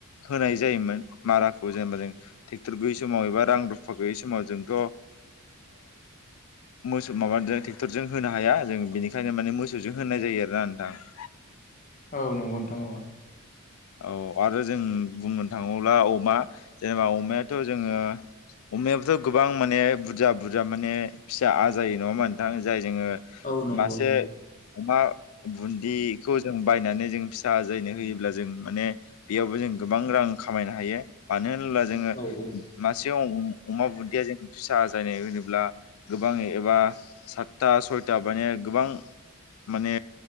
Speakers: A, on the left; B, on the left.
A: होनाय जायोमोन माराखौ जेनेबा ट्रेक्टर गैयै समाव एबा रां रुफा गैयै समाव जोंथ' मोसौ माबाजों ट्रेक्टरजों होनो हाया जों बेनिखायनो माने मोसौजों होनाय जायो आरोना नोंथां <inaudible>
B: औ नंगौ नोंथां औ
A: औ आरो जों बुंनो थाङोब्ला अमा जेनेबा अमायाथ' जोङो अमायाबोथ' गोबां माने बुरजा बुरजा माने फिसा आजायो नङाहोनबा नोंथां जाय जोङो
B: औ नंगौ
A: मासे
B: औ
A: अमा बुन्दि खौ जों बायनानै जों फिसा आजायनो होयोब्ला जों माने बेयावबो जों गोबां रां खामायनो हायो मानो होनोब्ला जोङो
B: औ औ
A: सिगांआव अमा बुदिया जों फिसा जानाय होनोब्ला गोबाङै एबा सात्ता सयथा सयथा माने गोबां माने